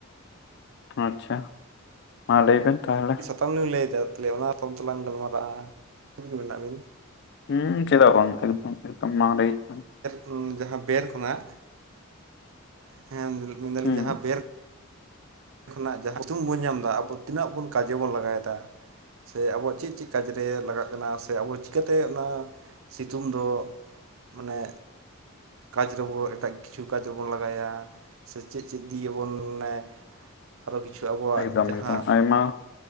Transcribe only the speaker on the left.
ᱟᱪᱪᱷᱟ ᱢᱟ ᱞᱟᱹᱭ ᱵᱮᱱ ᱛᱟᱦᱚᱞᱮ᱾
ᱦᱩᱸ ᱪᱮᱫᱟᱜ ᱵᱟᱝ <unintelligible>
ᱦᱩᱸ
ᱮᱠᱫᱚᱢ
ᱮᱠᱫᱚᱢ ᱟᱭᱢᱟ